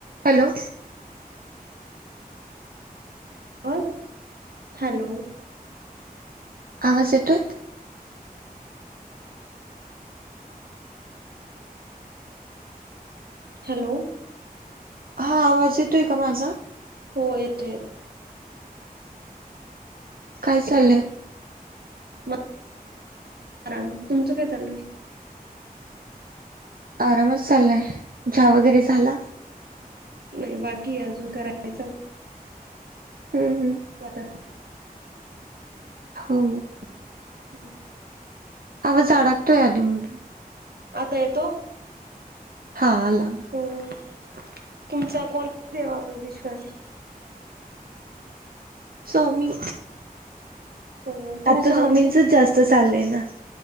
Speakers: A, on the right; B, on the right.
A: Hello,
B: बर hello.
A: आवाज येतोय.
B: हॅलो.
A: हा आवाज येतोय, का माझा.
B: हो येतो येत.
A: काय चालय.
B: येतोय मग आराम, तुमचं काय चालूयं.
A: आरामच चाललाय, चहा वगैरे झाला.
B: नाही बाकी अजून करायचं.
A: हम्म हम्म.
B: आता
A: हो.
B: हम्.
A: आवाज अडकतोय अधूनमधून.
B: आता येतो.
A: हा आला.
B: हम. तुमचा कोणत्या, देवावर विश्वास ये.
A: स्वामी.
B: हो तुम्ही
A: आता
B: स्वामींचीच
A: स्वामीचंच जास्त चालय ना.